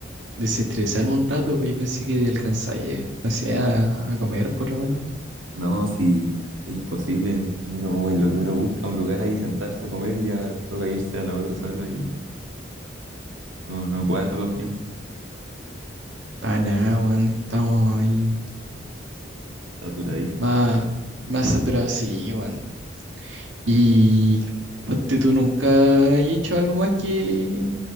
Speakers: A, on the right (about 70°); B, on the right (about 90°).
A: desestresarme un rato, pues yo pensé que alcanzáis, no sé, a, a comer por lo menos.
B: No, sí, es imposible, uno, en lo que uno busca un lugar ahí sentarse a comer, ya toca irse a la otra sala y no, no cuadran los tiempos,
A: Para nada, weón, estamos ahí
B: saturadísimo.
A: más, más saturados, sí, weón. Y ponte tú, ¿nunca has hecho algo más que,